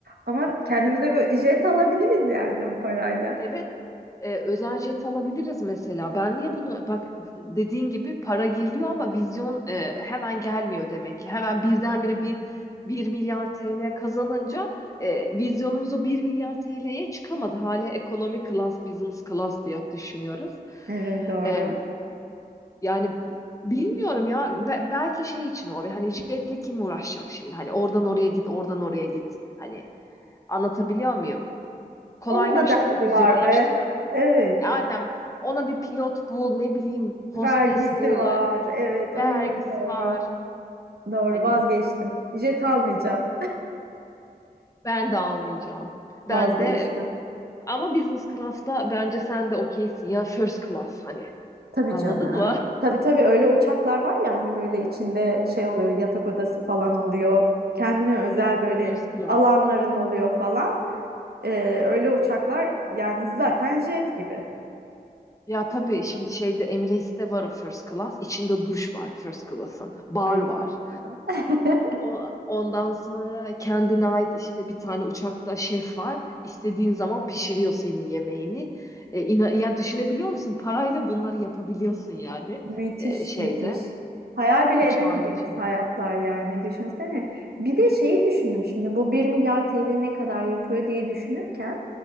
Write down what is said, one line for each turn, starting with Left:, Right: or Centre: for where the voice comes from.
Right: Ama kendimize
Left: Ya
Right: böyle jet alabiliriz yani o parayla.
Left: Evet, e, özel jet alabiliriz mesela. Ben niye bunu bak dediğin gibi para geliyor ama vizyon e, hemen gelmiyor demek ki. Hemen birdenbire bir bir milyar TL kazanınca e, vizyonumuz o 1 milyar TL'ye çıkamadı. Hala ekonomi class, business class diye düşünüyoruz.
Right: Evet doğru.
Left: E, yani bilmiyorum ya Be- belki şey için o hani jetle kim uğraşacak şimdi? Hani oradan oraya git, oradan oraya git. Hani anlatabiliyor muyum? Kolaylaştırır
Right: Onun da derdi
Left: mı? Zorlaştırır
Right: var be.
Left: mı?
Right: Evet.
Left: E, Aynen. Ona bir pilot bul, ne bileyim, hostes
Right: Vergisi
Left: bul.
Right: var. Evet. Ay
Left: Vergisi
Right: doğru.
Left: var.
Right: Doğru
Left: Hani
Right: vazgeçtim. Jet almayacağım.
Left: ben de almayacağım. Ben
Right: Vazgeçtim.
Left: de ama business class'ta bence sen de okeysin ya first class hani.
Right: Tabii
Left: Anladın
Right: canım.
Left: mı?
Right: Tabii tabii öyle uçaklar var ya hani böyle içinde şey oluyor yatak odası falan oluyor. Kendine özel
Left: <laughs>
Right: böyle
Left: First class.
Right: alanların oluyor falan. Ee, öyle uçaklar yani zaten jet gibi.
Left: Ya tabii şimdi şeyde Emirates'te var o first class. İçinde duş var first class'ın. Bar
Right: Ay
Left: var.
Right: inanmıyorum. <laughs>
Left: O- Ondan sonra kendine ait işte bir tane uçakta şef var. İstediğin zaman pişiriyor senin yemeğini. E, ina- ya düşünebiliyor musun? Parayla bunları yapabiliyorsun yani
Right: Müthiş
Left: e, şeyde
Right: müthiş. Hayal bile
Left: uçağın
Right: edemediğimiz
Left: içine.
Right: hayatlar yani düşünsene. Bir de şeyi düşündüm şimdi bu bir milyar TL ne kadar yapıyor diye düşünürken